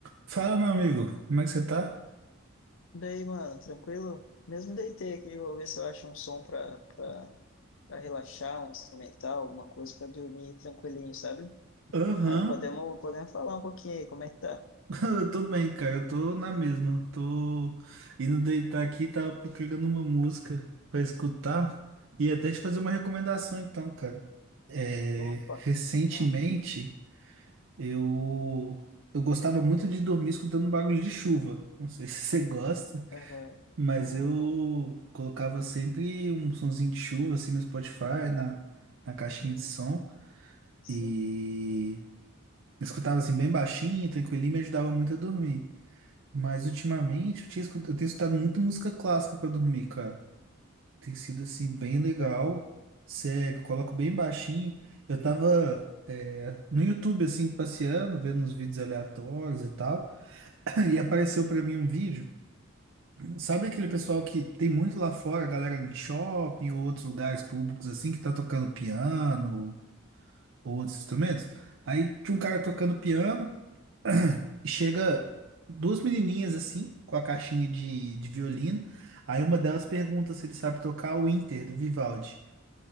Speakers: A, on the right (about 65°); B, on the left (about 65°).
A: Fala, meu amigo, como é que você tá?
B: Daí, mano, tranquilo? Mesmo deitei aqui, vou ver se eu acho um som pra, pra, pra relaxar, um instrumental, alguma coisa pra dormir tranquilinho, sabe?
A: Aham,
B: Mas podemos, podemos falar um pouquinho aí, como é que tá?
A: <laughs> Eu tô bem, cara, eu tô na mesma. Tô indo deitar aqui, tava procurando uma música pra escutar e até te fazer uma recomendação então, cara. É,
B: Opa!
A: Recentemente,
B: Ah,
A: eu eu gostava muito de dormir escutando barulho de chuva. Não sei <laughs> se você gosta,
B: aham.
A: mas
B: Ah,
A: eu
B: boa.
A: colocava sempre um sonzinho de chuva assim no Spotify, na, na caixinha
B: Uhum.
A: de som.
B: Sim.
A: E Escutava assim bem baixinho, tranquilinho, me ajudava muito a dormir. Mas ultimamente eu, tinha escu- eu tenho escutado muita música clássica pra dormir, cara. Tem sido assim bem legal.
B: Sério?
A: Cego, coloco bem baixinho. Eu tava é, no YouTube assim passeando, vendo uns vídeos aleatórios e tal, <coughs> <clears throat> e apareceu pra mim um vídeo. Sabe aquele pessoal que tem muito lá fora, a galera em shopping ou outros lugares públicos assim que tá tocando piano ou outros instrumentos? Aí tinha um cara tocando piano chega duas menininhas assim, com a caixinha de, de violino. Aí uma delas pergunta se ele sabe tocar o Inter do Vivaldi.